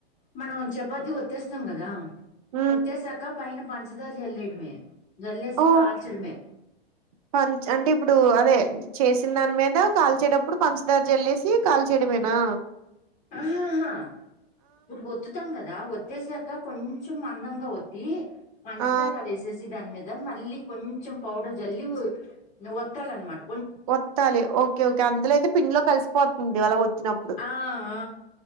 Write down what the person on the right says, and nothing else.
ఉమ్.
ఓ
పంచ్ అంటే ఇప్పుడు అదే చేసిన దాని మీద కాల్చేటప్పుడు పంచదారి జల్లేసి కాల్ చేయడమేనా
ఆ
వత్తాలి ఓకే ఓకే అందులోయితే పిండ్ లో కలిసిపోతుంది అలా వతినప్పుడు